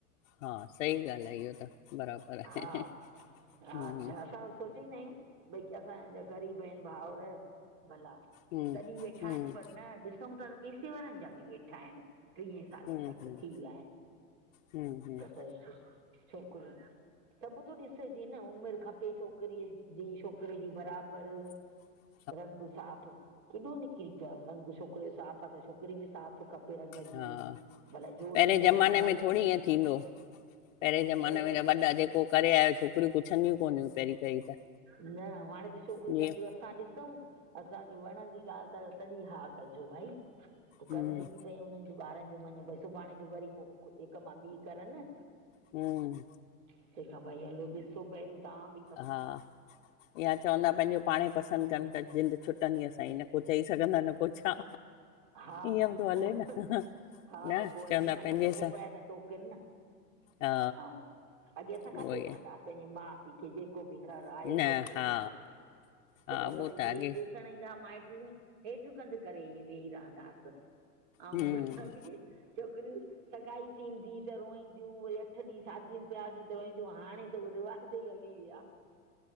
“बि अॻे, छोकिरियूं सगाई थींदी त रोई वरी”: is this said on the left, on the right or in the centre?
Right